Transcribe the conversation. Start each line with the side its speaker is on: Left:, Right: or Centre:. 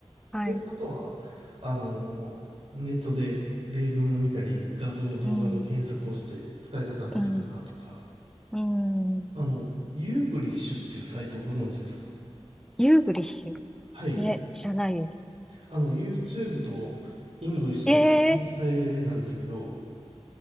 Centre: はい、
Right: で、あとは、あの、ネットで例文を見たり、画像、動画の検索をして使い方合ってるかなとか、
Centre: うん、うん、うん。
Right: あの、ユーグリッシュっていうサイトをご存知ですか
Centre: ユーグリッシュ
Right: はい。
Centre: いえ、知らないです。
Right: あの、YouTube とイングリッシュの合成なんですけど、
Centre: ええ